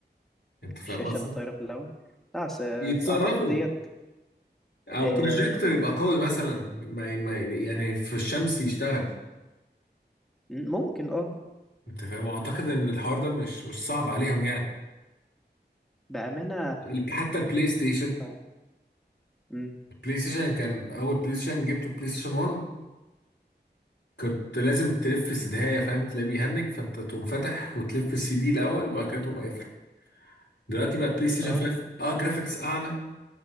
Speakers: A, on the left; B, in the centre.
A: انت فاهم
B: الشاشة
A: قصدي
B: اللي طايرة في الهواء لا بس آه،
A: يتصرفوا
B: اعتقد ديت
A: او
B: آه،
A: بروجيكتور يبقى قوي مثلا ما ما يعني في الشمس يشتغل
B: ممكن اه
A: انت فاهم اعتقد ان الحوار ده مش مش صعب عليهم يعني
B: بأمانة
A: ال- حتى البلاي ستيشن
B: اه مم،
A: البلاي ستيشن كان اول بلاي ستيشن جبته بلاي ستيشن 1 كنت لازم تلف سدهايه فاهم تلاقيه بيهنج فانت تقوم فاتح وتلف السي دي الاول وبعد كده تقوم قافل دلوقتي بقى بلاي ستيشن
B: آه،
A: 5 اه جرافيكس اعلى